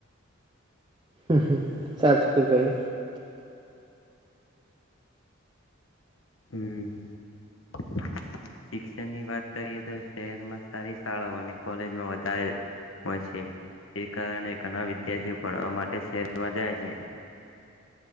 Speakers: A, on the right; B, on the left.
A: હમ સાચશું કઈ
B: હમ શિક્ષણની વાત કરીએ તો શહેરમાં સારી શાળાઓ અને કોલેજમાં વધારે હોય છે એ કારણે ઘણા વિદ્યાર્થીઓ પણ આ માટે શહેરમાં જાય છે